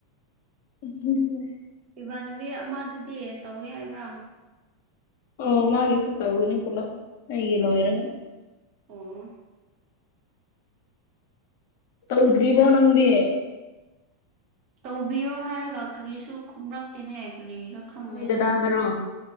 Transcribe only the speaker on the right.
ꯏꯃꯥꯟꯅꯕꯤ ꯑꯃꯗꯨꯗꯤ ꯇꯧꯌꯦ ꯍꯥꯏꯕ꯭ꯔ
ꯑꯣ
ꯇꯧꯕꯤꯌꯣ ꯍꯥꯏꯔꯒ ꯀ꯭ꯔꯤꯁꯨ ꯈꯨꯝꯔꯛꯇꯦꯅꯦ ꯀ꯭ꯔꯤꯔ ꯈꯪꯗꯦꯅꯦ